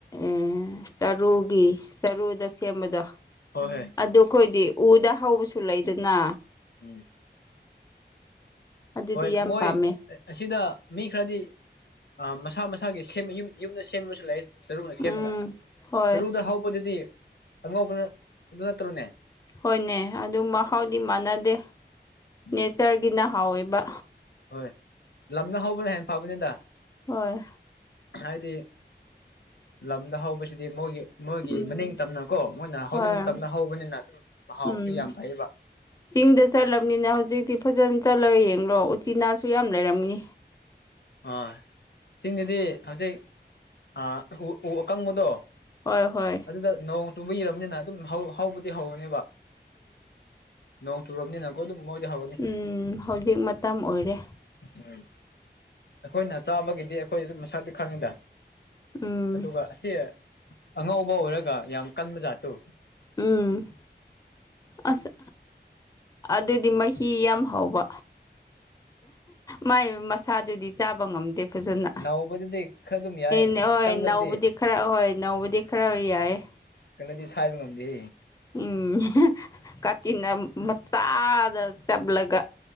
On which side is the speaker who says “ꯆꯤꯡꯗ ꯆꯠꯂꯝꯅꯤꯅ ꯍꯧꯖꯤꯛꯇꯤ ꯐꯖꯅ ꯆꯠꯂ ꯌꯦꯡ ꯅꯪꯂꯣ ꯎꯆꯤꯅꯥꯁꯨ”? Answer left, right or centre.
Left